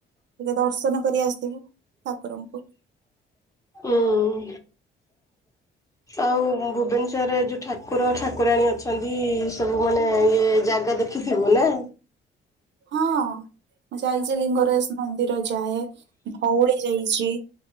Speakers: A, on the right (about 65°); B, on the left (about 15°).
A: ଟିକେ ଦର୍ଶନ କରି ଆସିବୁ ଠାକୁରଙ୍କୁ।
B: ଉଁ। ଆଉ ଭୁବନେଶ୍ଵରରେ ଯୋଉ ଠାକୁର ଠାକୁରାଣୀ ଅଛନ୍ତି ସବୁ ମାନେ ଇଏ ଜାଗା ଦେଖ ତୁ ଥିବୁନା।
A: ହଁ ମୁଁ ଯାଇଛି ଲିଙ୍ଗରାଜ ମନ୍ଦିର ଯାଏ ଭଉଳି ଯାଇଛି।